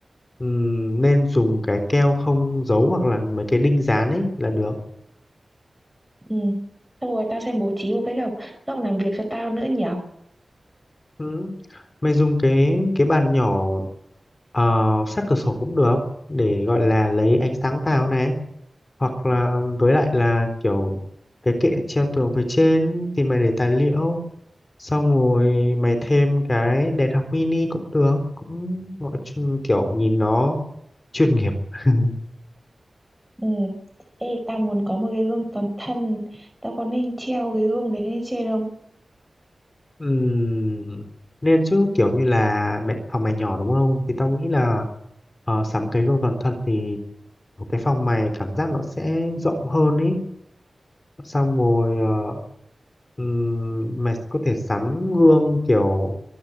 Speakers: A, on the left (about 30°); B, in the centre.
A: ừm, nên dùng cái keo không dấu hoặc là mấy cái đinh dán ấy là được
B: Ừ Xong rồi tao sẽ bố trí một cái góc Góc làm việc cho tao nữa nhở
A: ừ. mày dùng cái cái bàn nhỏ ờ, sát cửa sổ cũng được để gọi là lấy ánh sáng vào này hoặc là với lại là kiểu cái kệ treo tường phía trên thì mày để tài liệu xong rồi mày thêm cái đèn học mini cũng được cũng gọi chung- kiểu nhìn nó chuyên nghiệp <laughs>
B: Ừ Ê tao muốn có một cái gương toàn thân Tao có nên treo cái gương đấy lên trên không
A: Ừm, nên chứ kiểu như là mẹ phòng mày nhỏ đúng không thì tao nghĩ là ờ, sắm cái gương toàn thân thì cái phòng mày cảm giác nó sẽ rộng hơn ý xong rồi ờ, ừm, mày có thể sắm gương kiểu